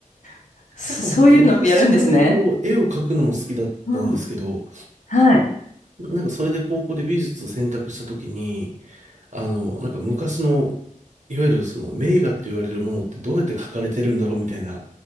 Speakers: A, on the left (about 65°); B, on the right (about 65°).
A: <laughs> そそういうのをやるんですね。
B: なんかね、昔からこう、絵を描くのも好きだったんですけど、
A: うん。はい。
B: なんかそれで高校で美術を選択したときに、あの、なんか昔の、いわゆるその名画って言われるものってどうやって描かれてるんだろうみたいな